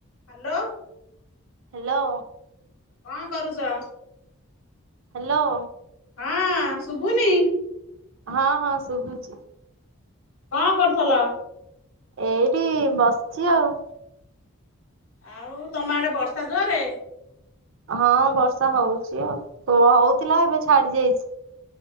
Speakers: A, on the left; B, on the right.
A: Hello.
B: Hello.
A: କଣ କରୁଚ?
B: Hello.
A: ହଁ ଶୁଭୁନି?
B: ହଁ ହଁ ଶୁଭୁଛି।
A: କଣ କରୁଥଲ?
B: ଏଇଠି ବସିଛି ଆଉ।
A: ଆଉ ତମ ଆଡେ ବର୍ଷା ଜୋରେ?
B: ହଁ ବର୍ଷା ହଉଛି ଆଉ। ପ୍ରବଳ ହଉଥିଲା ଏବେ ଛାଡି ଯାଇଛି।